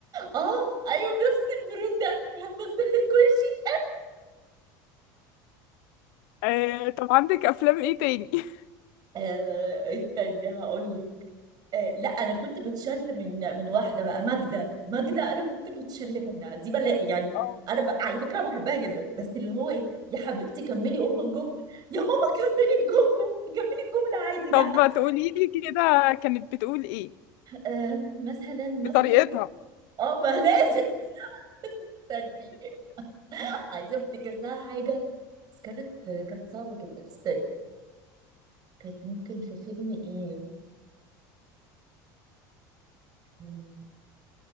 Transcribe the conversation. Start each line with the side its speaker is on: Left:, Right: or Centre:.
Right: اه ايوه بنفس البرود ده تحب اغسل لك وشي
Left: آه، طب عندك افلام ايه تاني <laughs>
Right: آه استني هقول لك آه لا انا كنت بتشل من من واحده بقى ماجده ماجده انا كنت بتشل منها دي بلا يعني
Left: اه
Right: انا ب... على فكره بحبها جدا بس اللي هو ايه يا حبيبتي كملي ام الجمله يا ماما كملي الجمله كملي الجمله عادي لا
Left: طب ما تقولي لي كده كانت بتقول ايه
Right: آه مثلا مثلا
Left: بطريقتها
Right: اه ما لازم استني <laughs> عايزه افتكر لها حاجه بس كانت كانت صعبه جدا استني كانت ممكن في فيلم ايه مم.